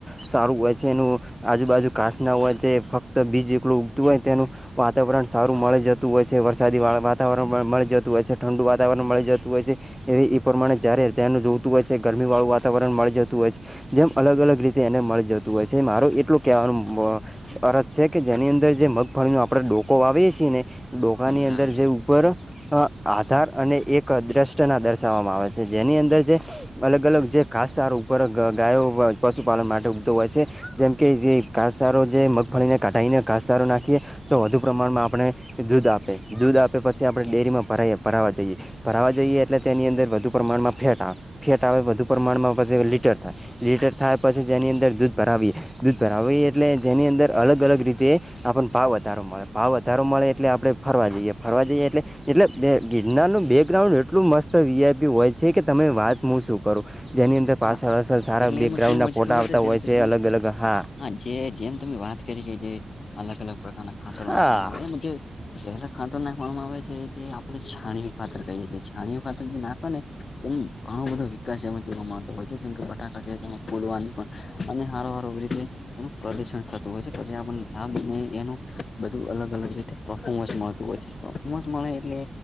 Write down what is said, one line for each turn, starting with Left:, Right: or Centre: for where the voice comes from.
Centre: સારું હોય જે એનું આજુબાજુ કાસ ના હોય તે ફક્ત બીજ એકલું ઉગતું હોય તેનું વાતાવરણ સારું મળી જતું હોય છે વરસાદી વાળ વાતાવરણ મળી જતું હોય છે ઠંડુ વાતાવરણ મળી જતું હોય છે એ એ પ્રમાણે જયારે ધ્યાન જોવતું હોય છે ગરમી વાળું વાતાવરણ મળી જતું હોય છે. જેમ અલગ અલગ રીતે એને મળી જતું હોય છે. મારો એટલું કેવાનું અરજ છે કે જેની અંદર જે મગફળીનો આપણે ડોકો આવીએ છીએ ને ડોકા ની
Left: હા
Centre: અંદર જે ઉપર અ આધાર અને એક દ્રષ્ટ ના દર્શાવવામાં આવે છે. જેની અંદર જે અલગ-અલગ જે ખાસ સારો ઉપર ગાયો પશુપાલન માટે હોય છે. જેમ કે જે ઘાસચારો જે મગફળીને કાઢાઈને ઘાસચારો નાખીએ તો વધુ પ્રમાણમાં આપણે દૂધ આપે દૂધ આપે પછી આપણે ડેરીમાં ભરા ભરાવા જઈએ. ભરાવા જઈએ એટલે તેની અંદર વધુ પ્રમાણમાં ફેટા ફેટ આવે વધધુ પ્રમાણમાં પછી લીટર થાય લીટર થાય પછી જેની અંદર દૂધ ભરાવીએ. દૂધ ભરાવીએ એટલે જેની અંદર અલગ અલગ રીતે આપણને ભાવ વધારો મળે ભાવ વધારો મળે એટલે આપડણે ફરવા જઈએ ફરવા જઈએ એટલે એટલે બે ગિરનારનું બેકગ્રાઉન્ડ એટલું મસ્ત વીઆઈપી હોય છે કે તમે વાત હું શું કરું. જેની અંદર પાછળ
Left: હા
Centre: પાછળ સારા
Left: એટલે
Centre: બેકગ્રાઉન્ડના
Left: એમાં કેવું હોય છે
Centre: ફોટા
Left: ખબર
Centre: આવતા
Left: જેમ
Centre: હોય
Left: કે
Centre: છે
Left: તમે
Centre: જે અલગ-અલગ હા.
Left: જે જેમ તમે વાત કરી કે જે અલગ અલગ પ્રકારના ખાતરો
Centre: હા
Left: નાખવામાં આવે એમ જે પહેલા ખાતર નાખવામાં આવે છે તે આપડે છાણીયું ખાતર કહીએ છીએ છાણીયું ખાતર જે નાખો ને તેમ ઘણો બધો વિકાસ એમાં જોવા તો હોય છે જેમ કે ફૂવાની પણ અને હાર હ રીતે એનું પ્રદુષણ થતું હોય છે પછી આપને લાભ એનું બધું અલગ અલગ રીતે ફોર્મન્સ મળતું હોય છે. ફોર્મન્સ મળે એટલે